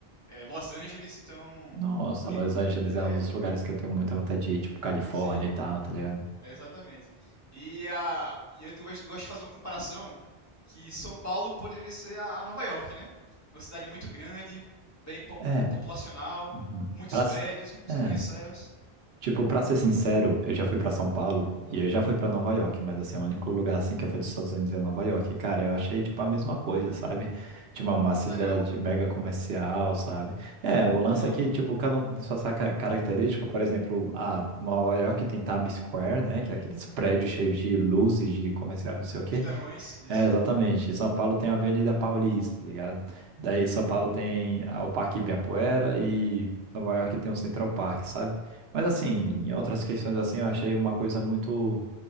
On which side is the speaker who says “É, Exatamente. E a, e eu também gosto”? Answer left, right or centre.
Left